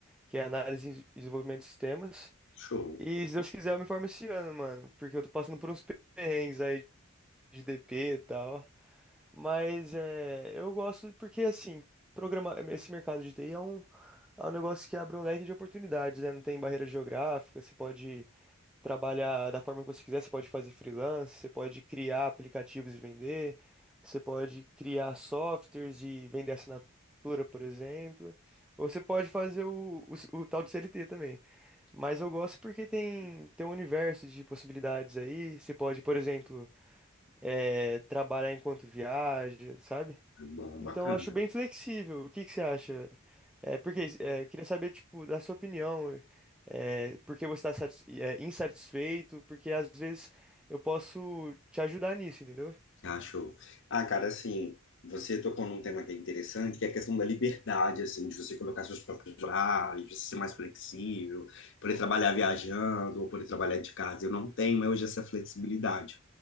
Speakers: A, in the centre; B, on the left.
A: que é Análise e Desenvolvimento de Sistemas.
B: Show.
A: E se Deus quiser, eu me formo esse ano, mano, porque eu tô passando por uns perrengues aí de DP e tal. Mas é, eu gosto porque, assim, programa, esse mercado de TI é um, é um negócio que abre um leque de oportunidades, né? Não tem barreira geográfica, você pode trabalhar da forma que você quiser, você pode fazer freelance, você pode criar aplicativos e vender, você pode criar softwares e vender assinatura, por exemplo. Ou você pode fazer o, o, o tal de CLT também. Mas eu gosto porque tem, tem um universo de possibilidades aí. Você pode, por exemplo, eh, trabalhar enquanto viaja, sabe?
B: Bom,
A: Então,
B: bacana.
A: eu acho bem flexível. O que que você acha? É, porque é, eu queria saber, tipo, da sua opinião. É, por que você está insatisfeito? Porque às vezes eu posso te ajudar nisso, entendeu?
B: Ah, show. Ah, cara, assim, você tocou num tema que é interessante, que é a questão da liberdade, assim, de você colocar seus próprios horários, de você ser mais flexível, poder trabalhar viajando ou poder trabalhar de casa. Eu não tenho hoje essa flexibilidade.